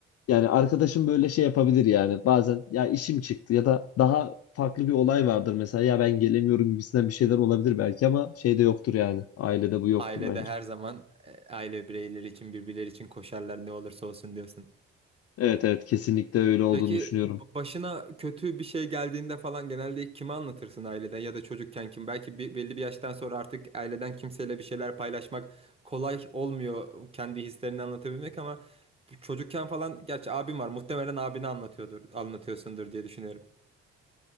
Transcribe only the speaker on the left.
yani arkadaşın böyle şey yapabilir yani. Bazen ya işim çıktı ya da daha farklı bir olay vardır mesela. Ya ben gelemiyorum gibisinden bir şeyler olabilir belki ama şeyde yoktur yani. Ailede bu yoktur
bence.
Evet evet kesinlikle öyle olduğunu
düşünüyorum.